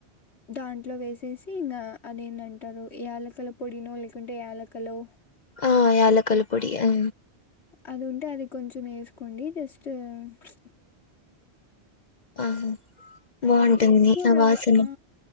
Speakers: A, on the left (about 85°); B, on the left (about 50°).
A: దాంట్లో వేస్ తీసి ఇంగా అదేందంటారు యాలకుల పొడినో లేకుంటే యాలకలు
B: ఆ యాలకల పొడి ఆ
A: అది ఉంటే అది కొంచెం ఏస్ కోండీ జస్ట్ ఆ ప్చ్
B: ఆహా
A: అంతే
B: బాగుంటుంది
A: ఎక్కువ
B: ఆ
A: రవ్వ
B: వాసన
A: ఆ